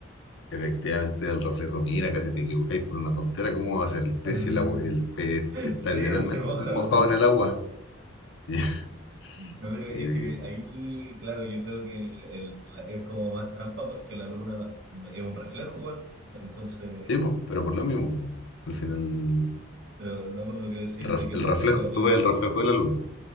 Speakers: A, on the left; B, on the right.
A: Efectivamente, el reflejo. Mira, casi te equivocáis por una tontera. ¿Cómo va a ser el pez
B: <laughs>
A: si el agua, el pez está
B: Sí,
A: literalmente
B: pues se moja.
A: mojado
B: pues.
A: en el agua? <laughs>
B: No, pero
A: Mira
B: es que
A: que-
B: ahí, claro, yo creo que el, el- la- es como más trampa porque la luna no es, es un reflejo igual. Entonces,
A: Sí, pues, pero por lo mismo. po. Al final, el
B: pero no por lo que decís
A: ref-
B: de que
A: el
B: por
A: reflejo,
B: cualquiera podía
A: tú ves el
B: ser.
A: reflejo de la luna.